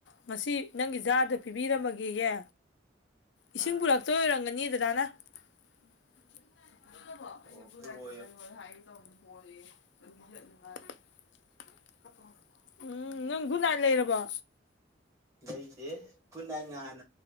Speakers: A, on the left; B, on the right.
A: ꯉꯁꯤ ꯅꯪꯒꯤ ꯖꯥꯔꯗꯣ ꯄꯤꯕꯤꯔꯝꯃꯒꯦꯌꯦ ꯏꯁꯤꯡ
B: ꯑꯥ
A: ꯄꯨꯔꯛ ꯇꯣꯏ ꯑꯣꯏꯔꯝꯒꯅꯤ ꯗꯥꯗꯥꯅ ꯑꯩꯅ
B: ꯑꯣ
A: ꯒꯨꯠꯅꯥꯏꯠꯇꯨ
B: ꯄꯨꯔꯛꯑꯣꯌꯣ
A: ꯂꯩꯌꯨ ꯍꯥꯏꯒꯦ ꯇꯧꯅꯤ <unintelligible> <unintelligible> ꯎꯝ ꯅꯪ ꯒꯨꯠꯅꯥꯏꯠ ꯂꯩꯔꯕ꯭ꯔꯣ
B: ꯂꯩꯗꯦ ꯒꯨꯠꯅꯥꯏꯠ ꯅꯍꯟ